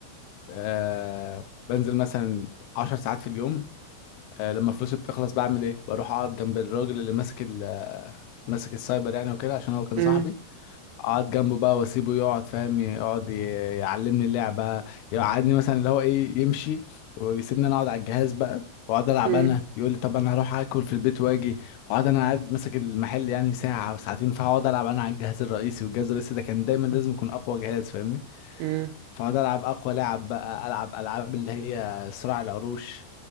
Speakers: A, on the left; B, on the right.
A: آه بنزل مثلا عشر ساعات في اليوم آه لما فلوسي بتخلص بعمل ايه بروح اقعد جنب الراجل اللي ماسك ال- آه، ماسك السايبر يعني وكده عشان هو كان
B: امم
A: صاحبي اقعد جنبه بقى واسيبه يقعد فاهم يقعد ي- يعلمني اللعبه يقعدني مثلا اللي هو ايه يمشي ويسيبني انا اقعد على الجهاز بقى واقعد العب
B: امم
A: انا يقول لي طب انا هروح اكل في البيت واجي واقعد انا قاعد ماسك المحل يعني ساعه او ساعتين فاقعد العب انا على الجهاز الرئيسي والجهاز الرئيسي ده كان دايما لازم يكون اقوى جهاز فاهمني
B: امم
A: فاقعد العب اقوى لعب بقى العب العاب اللي هي صراع العروش